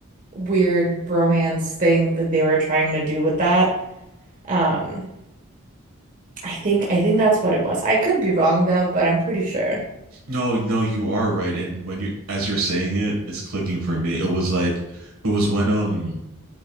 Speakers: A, on the right; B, on the right.
A: weird bromance thing that they were trying to do with that. Um, I think I think that's what it was. I could be wrong though, but I'm pretty sure.
B: No, no, you are right. And when you as you're saying it, it's clicking for me. It was like it was when um